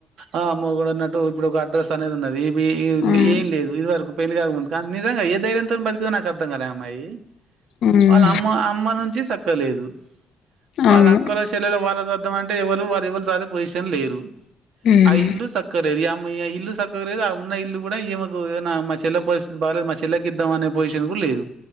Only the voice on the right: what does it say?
ఆ అమ్మ కూడా న ఇప్పుడు ఒక అడ్రస్ అనేది ఉన్నది ఇ
ఏం లేదు ఇది వరకు పెళ్లి కాకముందు నిజంగా ఏ ధైర్యంతో బతుకుంటుంది నాకు అర్థం కాదు అమ్మాయి
వాళ్ళ అమ్మ అమ్మ నాటే సక్కగలేదు వాళ్ళ
అక్కల చెలలో వాళ్ళ సాద్దామ అంటే ఎవ్వరు వాళ్ళ ఎవ్వరు సాధే పొజిషన్ ల లేరు
అ ఇల్లు సక్క ఇల్లు సక్కగా లేదు ఆ ఉన్న ఇల్లు కూడా ఈమకు మా చెల్ల పరిస్థితి బాగాలేదు మా చెల్లకి ఇద్దాం అనే పోజి కూడా లేదు